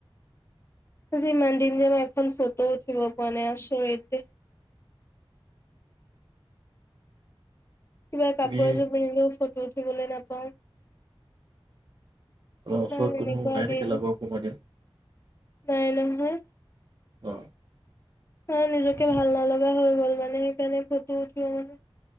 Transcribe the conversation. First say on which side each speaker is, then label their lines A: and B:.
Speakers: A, on the left (about 25°); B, on the right (about 50°).
A: আজিমান দিন যাম এখনো ফটো উঠিব পোৱা নাই আচৰিততে কিবা কাপোৰ
B: তুমি
A: এযোৰ পিন্ধিলেও ফটোত পিন্ধলৈ নাপাওঁ
B: ওচৰত
A: ইমান এনেকুৱা
B: কোনো নাই
A: দিন।
B: নেকি লগৰ কোনোবা দিয়া
A: নাই নহয়
B: অ
A: অ নিজকে ভাল নলগা হৈ গ'ল মানে সেইকাৰণে ফটো উঠিব মানে